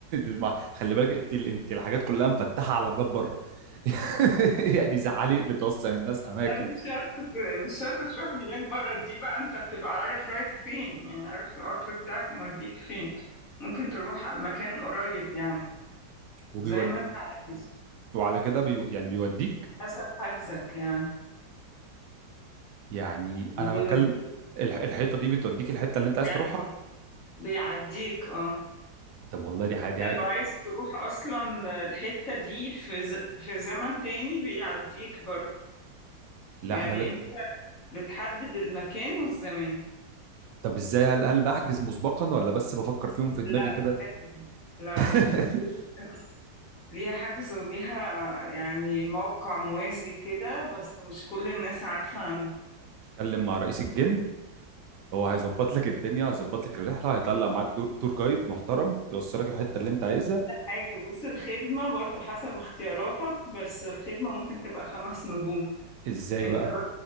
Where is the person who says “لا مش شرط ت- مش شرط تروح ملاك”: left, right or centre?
Left